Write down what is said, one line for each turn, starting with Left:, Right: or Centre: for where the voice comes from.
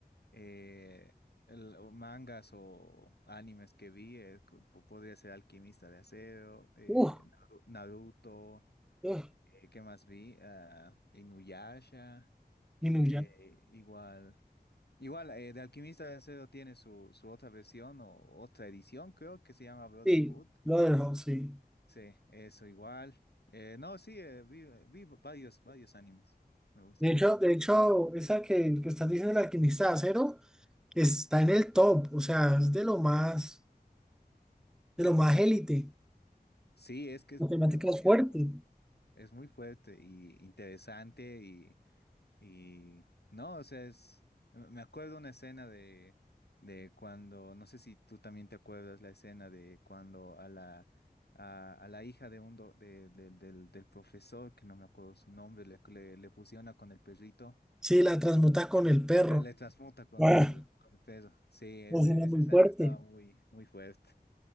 Left: eh, el- o mangas o animes que vi, eh, co- po- podría ser Alquimista de Acero, eh,
Centre: Uf,
Left: Naru- Naruto,
Centre: uf,
Left: eh, ¿qué más vi? Ah, Inuyasha,
Centre: Inuyasha.
Left: eh, igual. Igual, eh, de Alquimista de Acero tiene su, su otra versión o otra edición, creo que se llama Brotherhood.
Centre: Sí, lo dejo, sí.
Left: Sí, eso igual. Eh, no, sí, eh, vi, vi varios, varios animes. Me gusta
Centre: De
Left: mucho.
Centre: hecho, de hecho, esa que, que estás diciendo, el alquimista de acero, está en el top, o sea, es de lo más, de lo más élite.
Left: Sí, es que es
Centre: La temática
Left: demasiado
Centre: es fuerte.
Left: bueno. Es muy fuerte y interesante y, y no, o sea, es, me acuerdo una escena de, de cuando, no sé si tú también te acuerdas la escena de cuando a la, a, a la hija de un do- de- de- del, del profesor, que no me acuerdo su nombre, le, le, le fusiona con el perrito,
Centre: Sí, la transmuta con el perro.
Left: ah, le transmuta con
Centre: Ah,
Left: el, con el perro. Sí, ese,
Centre: la escena
Left: esa
Centre: es muy
Left: escena
Centre: fuerte.
Left: estaba muy, muy fuerte.